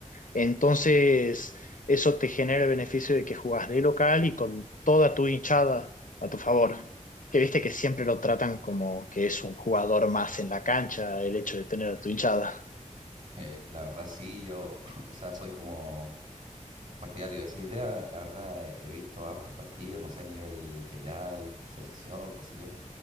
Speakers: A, on the left; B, on the right.
A: Entonces eso te genera el beneficio de que jugás de local y con toda tu hinchada a tu favor. Que viste que siempre lo tratan como que es un jugador más en la cancha el hecho de tener a tu hinchada.
B: Eh, la verdad sí, yo, <laughs> o sea, soy como Partidario de esa idea, la verdad he visto hartos partidos, no sé, a nivel en general, selección, qué sé yo,